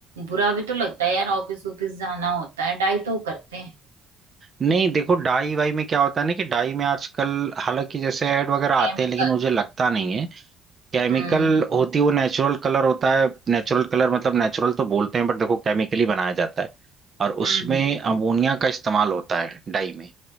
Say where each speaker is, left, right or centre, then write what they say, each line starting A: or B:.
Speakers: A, on the right; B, on the right.
A: बुरा भी तो लगता है यार ऑफिस ऑफिस जाना होता है डाई तो वो करते हैं
B: नहीं देखो डाई वाई में क्या होता है ना कि डाई में आजकल हालांकि जैसे ऐड वगैरह आते
A: केमिकल
B: हैं लेकिन मुझे लगता नहीं है केमिकल
A: हम्म
B: होती है वो नेचुरल कलर होता है नेचुरल कलर मतलब नेचुरल तो बोलते हैं बट देखो केमिकली बनाया जाता है और
A: हम्म
B: उसमें
A: हम्म,
B: अमोनिया का इस्तेमाल होता है डाई में